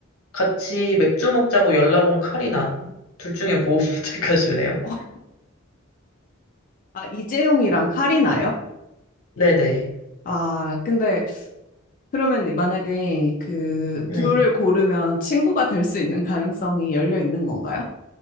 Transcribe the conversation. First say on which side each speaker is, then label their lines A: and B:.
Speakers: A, on the left; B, on the left.
A: 같이 맥주 먹자고 연락 온 카리나, 둘 중에 뭐 <laughs> 선택하실래요?
B: 어, 아, 이재용이랑
A: 어,
B: 카리나요?
A: 네네.
B: 아, 근데 그러면 만약에 그
A: 네.
B: 둘을 고르면 친구가 될 수 있는 가능성이 열려 있는 건가요?